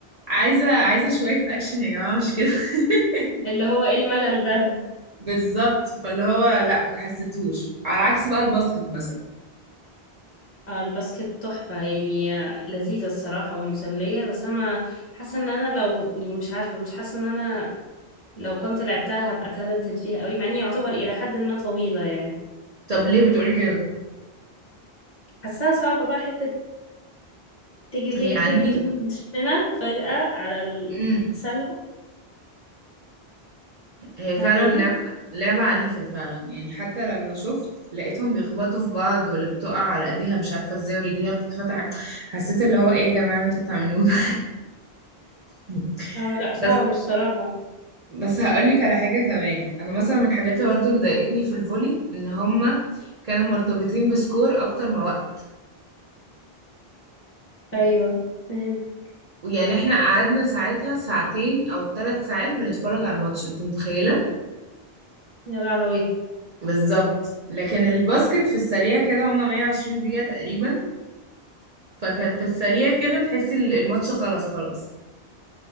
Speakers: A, on the right; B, on the left.
A: عايزه عايزه شويه اكشن يا جماعه مش كده <laughs>
B: اللي هو ايه الملل ده
A: بالظبط فاللي هو لا ما حسيتهوش على عكس بقى الباسكت مثلا
B: اه الباسكت تحفة يعني لذيذة الصراحة ومسلية بس انا حاسة ان انا لو يعني مش عارفة مش حاسة ان انا لو كنت لعبتها هبقى تالنتد فيها قوي مع اني يعتبر الى حد ما طويلة يعني
A: طب ليه بتقولي كده
B: حاساها صعبة بقى حتة تجري تجري
A: هي عنيفة
B: تجري وتقوم مشينا فجأة على
A: امم
B: السلة
A: هي فعلا
B: فاهماني
A: لعبة لعبة عنيفة فعلا يعني حتى لما شفت لقيتهم بيخبطوا في بعض واللي بتقع على ايديها مش عارفة ازاي ورجليها بتتفتح حسيت اللي هو ايه يا جماعة اللي انتوا بتعملوه ده <laughs>
B: اه لا
A: بس
B: صعب الصراحة
A: بس هقولك على حاجة كمان أنا مثلا من الحاجات اللي برضه اللي ضايقتني في الفولي إن هما كانوا مرتبطين بسكور أكتر ما وقت
B: ايوه فهمتك
A: يعني احنا قعدنا ساعتها ساعتين أو ثلاث ساعات بنتفرج على الماتش أنت متخيلة؟
B: يا لهوي
A: بالظبط لكن الباسكت في السريع كده هما 120 دقيقة تقريبا فكان في السريع كده تحسي ال- الماتش خلاص خلاص